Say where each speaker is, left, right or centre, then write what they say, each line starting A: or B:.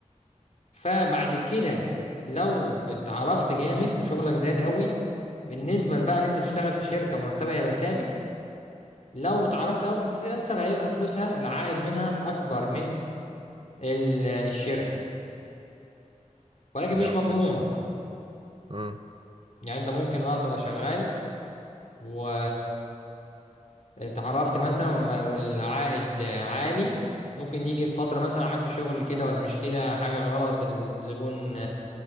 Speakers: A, on the left; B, on the right.
A: فبعد كده لو اتعرفت جامد وشغلك زاد قوي بالنسبة بقى إن أنت تشتغل في شركة مرتبها هيبقى ثابت لو اتعرفت قوي في الفريلانسر هيبقى فلوسها العائد منها أكبر من ال- الشركة ولكن
B: جامد
A: مش مضمونة
B: فشخ امم
A: يعني أنت ممكن أه تبقى شغال و اتعرفت مثلا والم- والعائد عالي ممكن يجي في فترة مثلا عملت شغل كده ولا مش كده حاجة غلط الزبون